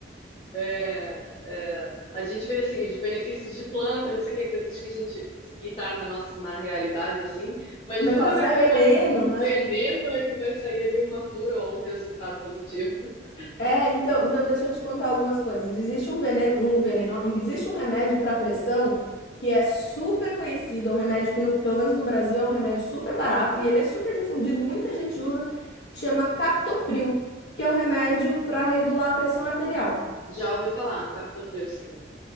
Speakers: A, on the left (about 35°); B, on the left (about 65°).
A: É, é, a gente vê assim os benefícios de planta, não sei o que, coisas que a gente que tá na nossa na realidade assim, mas
B: Mas
A: nunca
B: fala
A: vai
B: assim, ah,
A: pensar
B: é veneno,
A: que do
B: né?
A: veneno é que vai sair ali uma cura ou um resultado positivo. <laughs>
B: É, então, então deixa eu te contar algumas coisas. Existe um veneno, um veneno, não, existe um remédio para pressão que é super conhecido, é um remédio que, no- pelo menos no Brasil, é um remédio super barato e ele é super difundido, muita gente usa, que chama Captopril, que é um remédio para regular a pressão arterial.
A: Já ouvi falar no captopril, sim.